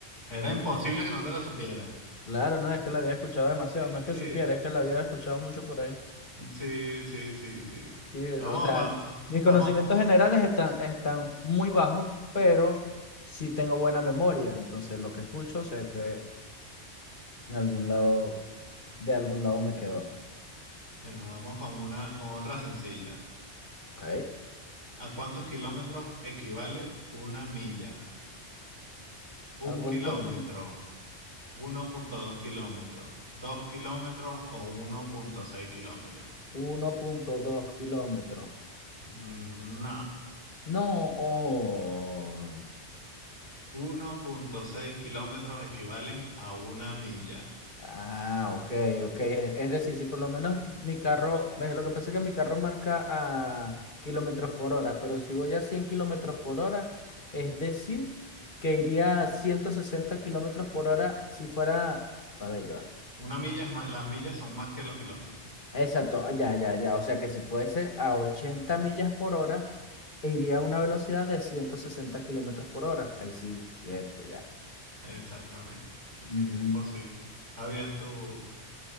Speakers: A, on the right (about 20°); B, on the left (about 50°).
A: Era
B: no,
A: imposible
B: pues,
A: que no te la supiera.
B: claro, no es que la había escuchado demasiado,
A: <laughs>
B: no es que supiera, es que la había escuchado mucho por ahí.
A: Sí, sí, sí, sí.
B: Sí, o
A: Vamos,
B: sea,
A: va-
B: mis conocimientos
A: vamos,
B: generales están, están muy bajos, pero sí tengo buena memoria, entonces lo que escucho sé que en algún lado, de algún lado me quedó.
A: bueno, vamos con una, con otra sencilla.
B: ¿Ok?
A: ¿A cuántos kilómetros equivale una milla? Un
B: ¿A cuántos
A: kilómetro,
B: kilómetros?
A: uno punto dos kilómetros, 2 kilómetros o uno punto seis kilómetros.
B: 1.2 kilómetros.
A: Mm, No.
B: No, oh.
A: Uno punto seis kilómetros equivalen a una milla.
B: Ah, ok, ok. Es es decir, si por lo menos mi carro, ve, lo que pasa es que mi carro marca a kilómetros por hora, pero si voy a 100 kilómetros por hora, es decir, que iría a 160 kilómetros por hora si fuera, a ver, ya va.
A: Una milla es más, las millas son más que los kilómetros.
B: Exacto, ah, ya, ya, ya. O sea que si fuese a 80 millas por hora, iría a una velocidad de 160 kilómetros por hora. Ahí sí, cierto, ya.
A: Exactamente. Así
B: Ujú,
A: es posible. Está bien tu,